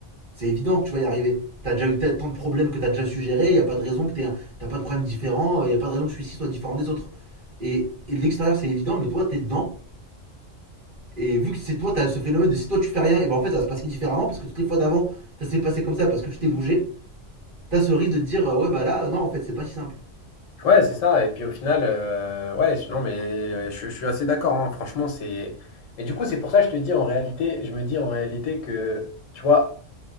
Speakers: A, on the right (about 45°); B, on the left (about 85°).
A: C'est évident que tu vas y arriver. T'as déjà eu tant de problèmes que t'as déjà suggéré, Il y a pas de raison que t'aies un- t'as pas de problème différent, Il y a pas de raison que celui-ci soit différent des autres. Et, et de l'extérieur c'est évident, mais toi t'es dedans, Et vu que c'est toi, t'as ce phénomène de si toi tu fais rien, et ben en fait ça va se passer différemment parce que toutes les fois d'avant ça s'est passé comme ça parce que tu t'es bougé, t'as ce risque de te dire euh, ouais bah là euh, non en fait c'est pas si simple.
B: Ouais, c'est ça. Et puis au final, euh, ouais, je- non, mais euh, je, je suis assez d'accord. hein. Franchement, c'est. Mais du coup, c'est pour ça que je te dis en réalité, je me dis en réalité que, tu vois,